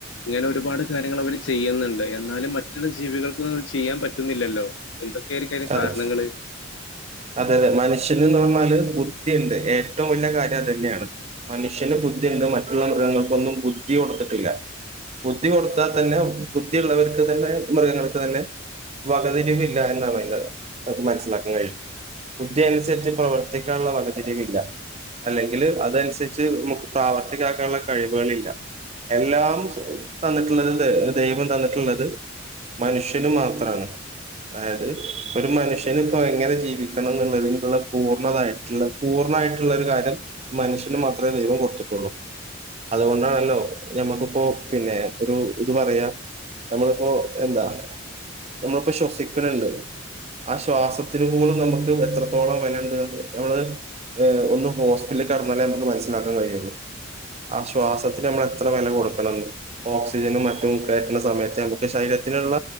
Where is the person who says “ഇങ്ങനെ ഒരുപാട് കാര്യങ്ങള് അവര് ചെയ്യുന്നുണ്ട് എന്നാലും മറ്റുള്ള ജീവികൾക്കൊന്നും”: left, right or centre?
Left